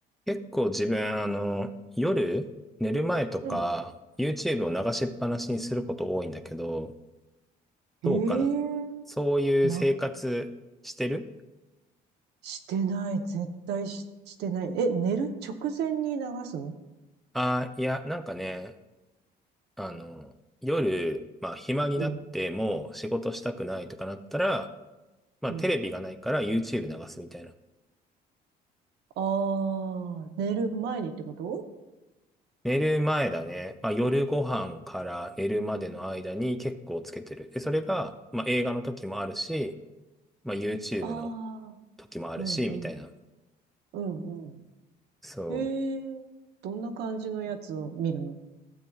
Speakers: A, in the centre; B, on the right.
A: 結構自分、あの、夜、寝る前とか、
B: うん。
A: YouTube を流しっぱなしにすること多いんだけど、どうかなそういう生活してる
B: ええな、してない。絶対し、してない。え、寝る直前に流すの
A: あ、いや、なんかね、あの、夜、まあ、暇になってもう仕事したくないとかなったら、
B: うん、
A: まあ、
B: うん。
A: テレビがないから YouTube 流すみたいな。
B: ああ、寝る前にってこと
A: 寝る前だね。まあ、夜ご飯から寝るまでの間に結構つけてる。で、それが、まあ、映画の時もあるし、まあ、YouTube
B: ああ
A: の時もあるし、
B: ー、うん、うん、
A: みたいな。
B: うん、うん。
A: そう。
B: ええどんな感じのやつを見るの